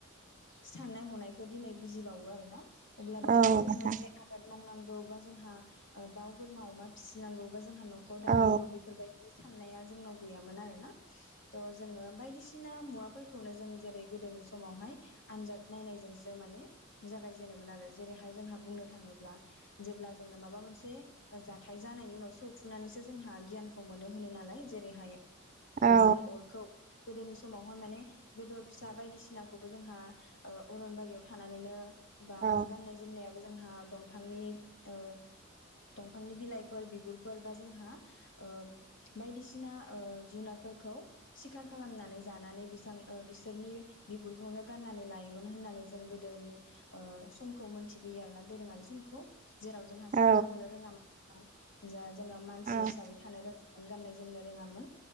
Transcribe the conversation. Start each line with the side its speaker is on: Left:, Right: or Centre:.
Left: साननाय हनायखौ दिनै बुजिबावो आरो ना अब्लाबो
Right: औ
Left: माने
Right: नोंथां
Left: जोङो जे आबाद मावनांगौ बा जोंहा ओ दाउ, बोरमा, अमा फिसिनांगौ जोंहा नख'र दानांगौ
Right: औ
Left: बेफोरबायदि साननाया जोंनाव गैयामोन आरोना थ जोङो बायदिसिना मुवाफोरखौनो जों जेरै गोदोनि समावहाय आनजाद नायनायजोंसो माने जागायजेनोमोन आरो जेरैहाय जोंहा बुंनो थाङोब्ला जेब्ला जोङो माबा मोनसे जाथाय जानायनि उनाव सौथुनानैसो जोंहा गियानखौ मोनो होनो नालाय जेरैहाय
Right: औ
Left: जों अरखौ गोदोनि समावहाय माने बेदर फिसा बायदिसिनाखौबो जोंहा ओ अरनबारियाव थानानैनो बा
Right: औ
Left: गाननाय जोमनायाबो जोंहा दंफांनि ओ दंफांनि बिलाइफोर बिगुरफोर बा जोंहा ओ बायदिसिना ओ जुनारफोरखौ सिखार खालामनानै जानानै बिसां ओ बिसो रनि बिगुरखौनो गाननानै लायोमोन होननानै जों गोदोनि ओ समखौ मोनथिबोयो आरोना दोरोङारि समखौ जेराव जोंहा
Right: औ
Left: साननो हनो रोङामोन जा <unintelligible> जोङो मानसि
Right: औ
Left: हिसाबै थानो रों गाननाय जोमनो रोङामोन।